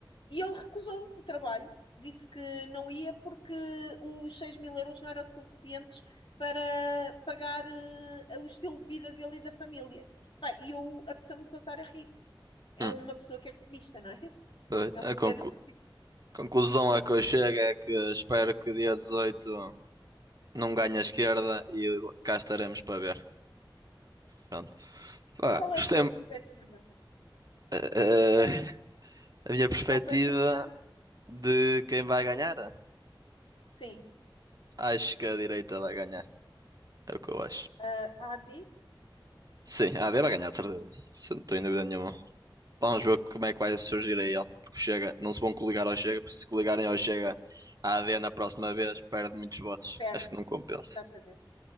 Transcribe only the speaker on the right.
uhum.
Pois,
A
conclu-
conclusão a que eu chego é que espero que dia 18 não ganhe a esquerda e cá estaremos para ver. Pronto. Pá,
gostei,
Eh,
a minha perspectiva
de quem vai ganhar?
Acho que a direita vai ganhar. É o que eu acho.
Sim, a AD vai ganhar, de certeza. Isso não estou em dúvida nenhuma. Vamos ver como é que vai surgir aí ele. Porque o Chega, não se vão coligar ao Chega, porque se coligarem ao Chega, a AD na próxima vez perde muitos votos.
Acho que não compensa.